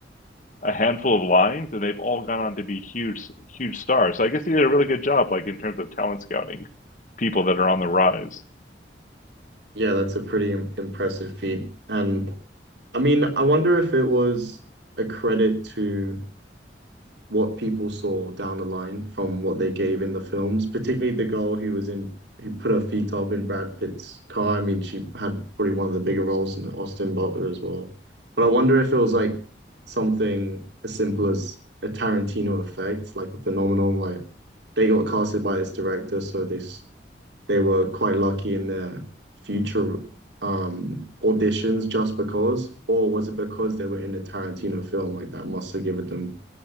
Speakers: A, on the left; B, on the right.
A: a handful of lines, and they've all gone on to be huge, huge stars. So I guess they did a really good job, like in terms of talent scouting, people that are on the rise.
B: Yeah, that's a pretty im impressive feat. And I mean, I wonder if it was a credit to what people saw down the line from what they gave in the films, particularly the girl who was in who put her feet up in Brad Pitt's car. I mean, she had probably one of the bigger roles in Austin Butler as well. But I wonder if it was like something as simple as a Tarantino effect, like a phenomenon like they got casted by this director, so they they were quite lucky in their future um auditions just because, or was it because they were in a Tarantino film like that must have given them